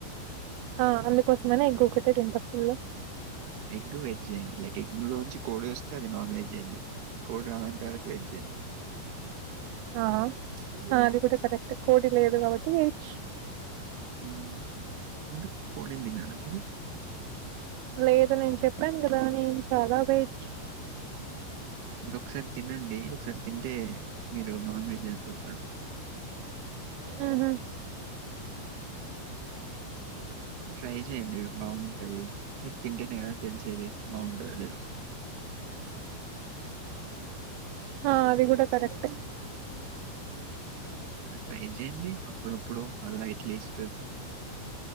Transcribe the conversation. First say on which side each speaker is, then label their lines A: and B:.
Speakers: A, on the right; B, on the right.
A: ఆ అందుకోసమనే ఎగ్ ఒకటే తింట ఫుల్
B: ఎగ్ వెజ్ అండి లైక్ ఎగ్ లోంచి కోడి వస్తే అది నాన్ వెజ్ అయింది కోడి రావంత వరకు వెజ్జ్
A: ఆ అది కూడా కరెక్ట్ కోడి లేదు కాబట్టి వెజ్
B: ఉ ముందు కోడిని తినరా మీరు
A: లేదు నేను చెప్పాను కదా నేను చాలా వెజ్
B: అంటే ఒకసారి తినండి ఒకసారి తింటే మీరు నాన్ వెజ్ అయిపోతారు
A: ఆహ
B: ట్రై చెయండి బాగుంటుది తింటేనే కదా తెలిసేది బాగుంటు లేదా
A: ఆ అది కూడా కరెక్ట్
B: ఆ ట్రై చేయండి అప్పుడప్పుడు అలా ఎట్లీస్ట్